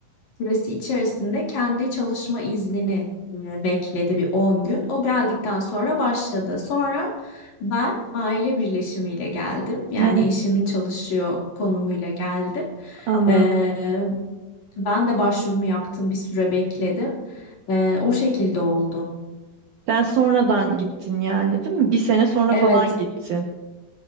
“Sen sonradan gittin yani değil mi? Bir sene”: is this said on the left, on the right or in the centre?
Right